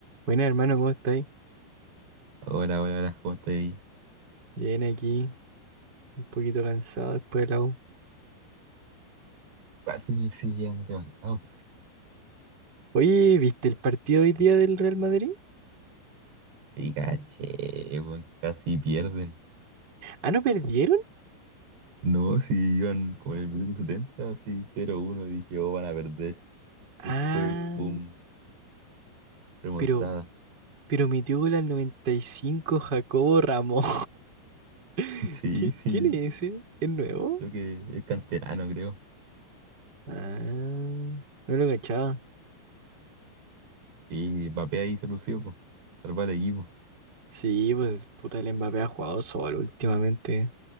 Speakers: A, on the right (about 25°); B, on the right (about 60°).
A: Buenas, hermano, ¿cómo estáis?
B: Hola, hola, hola, ¿cómo estás ahí?
A: Bien aquí, un poquito cansado después de la U.
B: Casi me exigían levantado.
A: Oye, ¿viste el partido hoy día del Real Madrid?
B: Y caché, weón, casi pierden.
A: Ah, ¿no perdieron?
B: No, si iban como en el minuto 70, así 0-1, y dije, oh, van a perder.
A: Ah,
B: Después, pum, remontada.
A: pero, pero metió gol al 95 Jacobo Ramos. <laughs>
B: Sí,
A: ¿Qui-
B: sí,
A: ¿Quién es ese? ¿Es nuevo?
B: creo que es canterano, creo.
A: Ah, no lo cachaba.
B: Y Mbappé ahí solución, pues, salvar al equipo.
A: Sí, pues puta, el Mbappé ha jugado solo últimamente.